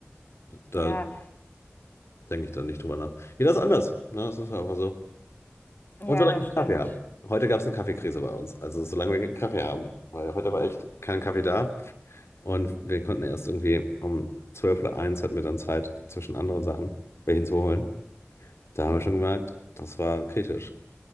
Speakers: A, on the left (about 85°); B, on the left (about 45°).
A: Da
B: Ja,
A: denke ich dann nicht drüber nach. Jeder ist anders. Ne? Das ist einfach so.
B: ja,
A: Und solange
B: das
A: ich
B: stimmt.
A: Kaffee habe. Heute gab es eine Kaffeekrise bei uns. Also solange wir keinen Kaffee haben. Weil heute war echt kein Kaffee da. Und wir konnten erst irgendwie um 12 oder eins hatten wir dann Zeit zwischen anderen Sachen, welchen zu holen. Da haben wir schon gemerkt, das war kritisch.